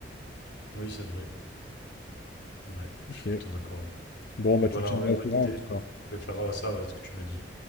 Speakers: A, on the left; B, on the left.
A: oui, c'est vrai. Ouais, je
B: Ok.
A: suis plutôt d'accord. ouais.
B: Bon,
A: Donc
B: bah,
A: voilà,
B: tu me tiendras
A: ouais, bonne
B: au courant,
A: idée.
B: en tout cas.
A: Je vais faire euh, ça, ouais, ce que tu m'as dit.